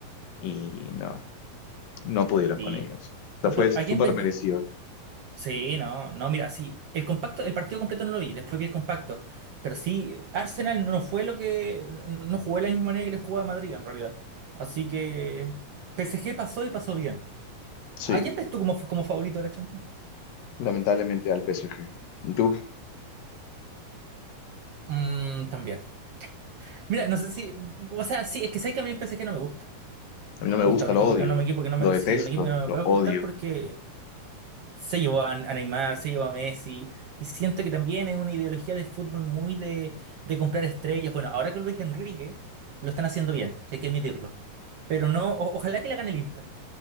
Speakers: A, on the left; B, on the right.
A: y no, no pudieron
B: Sí,
A: con ellos. O sea,
B: Do-
A: fue súper
B: ¿A quién ves?
A: merecido.
B: Sí, no, no, mira, sí, el compacto, el partido completo no lo vi, después vi el compacto, pero sí, Arsenal no fue lo que, no jugó de la misma manera que le jugaba a Madrid en realidad, así que PSG pasó y pasó bien.
A: Sí,
B: ¿A quién ves tú como, como favorito de la Champions?
A: lamentablemente al PSG. ¿Y tú?
B: Mm, también. Mira, no sé si. O sea, sí, es que sé que a mí el PSG no me gusta.
A: A mí
B: No
A: no
B: me
A: me
B: gusta.
A: gusta,
B: Un
A: lo
B: equipo
A: odio,
B: que, no, un equipo que no
A: lo
B: me.
A: detesto,
B: Sí, un equipo que no
A: lo
B: me puede
A: odio.
B: gustar porque se llevó a, a Neymar, se llevó a Messi. Y siento que también es una ideología de fútbol muy de, de comprar estrellas. Bueno, ahora con Luis Enrique lo están haciendo bien, hay que admitirlo. Pero no, o- ojalá que la gane el Inter.